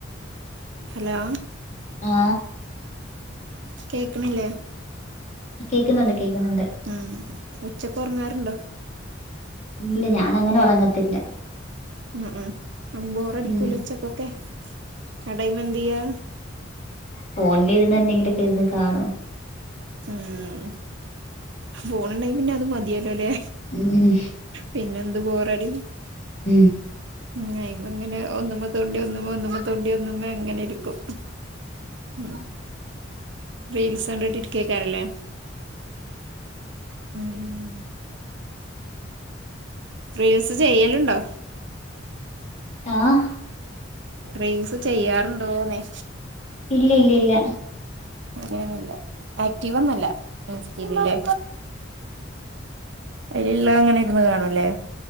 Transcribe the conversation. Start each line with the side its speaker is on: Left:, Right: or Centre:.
Right: ഹലോ
Left: ആ
Right: കേക്ക്ണില്ലേ?
Left: കേക്ക്ന്നുണ്ട് കേക്ക്ന്നുണ്ട്
Right: ഉം ഉച്ചക്ക് ഒർങ്ങാറ്ണ്ടോ?
Left: ഇല്ല ഞാനങ്ങനെ ഒറങ്ങത്തില്ല
Right: ഉം ഉം ബോറടിക്കൂലേ
Left: ഉം
Right: ഉച്ചക്കൊക്കെ ആഹ് ടൈമെന്തെയ്യാ?
Left: ഫോണിലിര്ന്ന് എന്തെങ്കിലൊക്കെ ഇര്ന്ന് കാണും
Right: ഉം ഫോണ് ഇണ്ടെങ്കി പിന്നത് മതിയല്ലോല്ലേ
Left: ഉം
Right: പിന്നെന്ത് ബോറടി
Left: ഉം
Right: ഉം അയിമ്മിങ്ങനെ ഒന്നുമ്മ തോണ്ടി ഒന്നുമ്മ ഒന്നുമ്മ തോണ്ടി ഒന്നുമ്മെ അങ്ങനെ ഇരിക്കും ഉം റീൽസ് കണ്ടിട്ടിരിക്കേക്കാരല്ലേ? ഉം റീൽസ് ചെയ്യല്ണ്ടോ?
Left: ആഹ്
Right: റീൽസ് ചെയ്യാറ്ണ്ടോ ന്നെ?
Left: ഇല്ല ഇല്ല ഇല്ല
Right: അങ്ങനെന്നുല്ല ആക്റ്റീ വൊന്നുല്ല ഇല്ലേ അയില്ള്ളതങ്ങനേ ഇര്ന്ന് കാണൂല്ലേ?